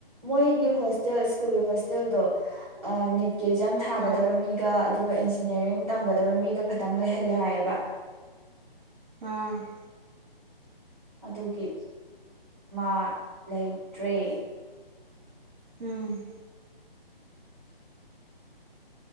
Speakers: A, in the centre; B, on the right (about 20°).
A: ꯃꯣꯏꯒꯤ ꯍꯣꯁꯇꯦꯜ ꯁ꯭ꯀꯨꯜꯒꯤ ꯍꯣꯁꯇꯦꯜꯗꯣ ꯑ ꯅꯤꯠ ꯀ ꯑꯦꯛꯖꯥꯝ ꯊꯥꯒꯗꯕ
B: ꯎꯝ
A: ꯃꯤꯒ ꯑꯗꯨꯒ ꯏꯟꯖꯤꯅꯤꯌꯥꯔꯤꯡ ꯇꯝꯒꯗꯕ ꯃꯤꯒ ꯈꯇꯪ ꯂꯩꯍꯜꯂꯦ ꯍꯥꯏꯌꯦꯕ
B: ꯎꯝ
A: ꯑꯗꯨꯒꯤ ꯃꯥ ꯂꯩꯇ꯭ꯔꯦ
B: ꯎꯝ